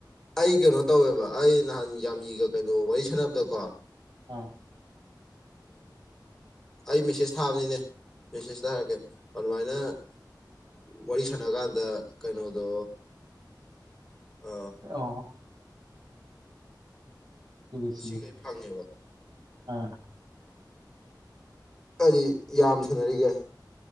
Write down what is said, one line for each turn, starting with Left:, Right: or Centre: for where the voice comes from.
Centre: ꯑꯩ ꯀꯩꯅꯣ ꯇꯧꯋꯦꯕ ꯑꯩ ꯅꯍꯥꯟ ꯌꯥꯝꯃꯤꯒ ꯀꯩꯅꯣ ꯋꯥꯔꯤ ꯁꯥꯟꯅꯕꯗꯀꯣ
Right: ꯑ
Centre: ꯑꯩ ꯃꯦꯁꯦꯖ ꯊꯥꯕꯅꯤꯅꯦ ꯃꯦꯁꯦꯖ ꯊꯥꯔꯛꯀꯦ ꯑꯗꯨꯃꯥꯏꯅ ꯋꯥꯔꯤ ꯁꯥꯟꯅ ꯀꯥꯟꯗ ꯀꯩꯅꯣꯗꯣ ꯑ
Right: ꯑ ꯍꯣꯏꯁꯤ
Centre: ꯁꯤꯈꯩ ꯐꯪꯉꯦꯕ
Right: ꯑꯥ
Centre: ꯍꯥꯏꯗꯤ ꯌꯥꯝ ꯁꯥꯟꯅꯔꯤꯒꯦ